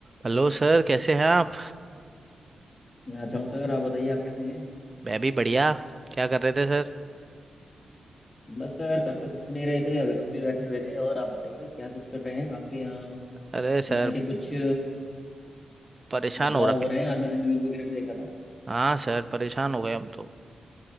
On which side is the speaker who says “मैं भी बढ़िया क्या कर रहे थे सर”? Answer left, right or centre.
Right